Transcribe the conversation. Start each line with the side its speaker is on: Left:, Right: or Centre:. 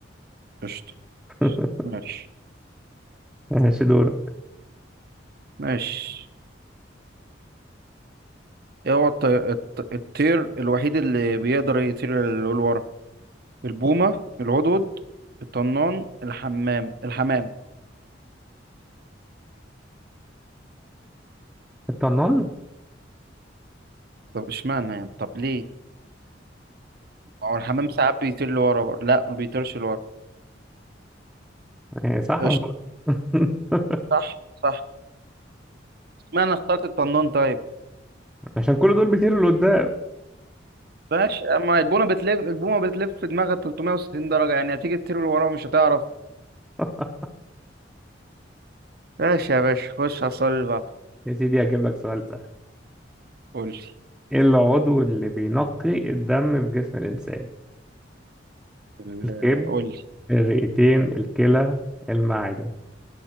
Right: قشطة
Centre: <laughs>
Right: ماشي
Centre: ماشي دورك
Right: ماشي ايه هو الطي... الط... الطير الوحيد اللي بيقدر يطير للورا البومة العضد الطنان الحمام الحمام
Centre: الطنان
Right: طب اشمعنى يعني طب ليه ما هو الحمام ساعات بيطير لورا برضه. لا ما بيطيرش لورا
Centre: يعني صح
Right: قشطة
Centre: ولا غلط؟ <laughs>
Right: صح صح اشمعنى اخترت الطنان طيب
Centre: عشان كل دول بيطيروا لقدام
Right: ماشي اما البومة بتلف البومة بتلف في دماغها 360 درجة يعني هتيجي تطير لورا ومش هتعرف
Centre: <laughs>
Right: ماشي يا باشا خش على السؤال اللي بعده
Centre: يا سيدي هجيب لك سؤال سهل
Right: قول لي
Centre: ايه العضو اللي بينقي الدم في جسم الإنسان
Right: ال-
Centre: الكبد
Right: قول لي
Centre: الرئتين الكلى المعدة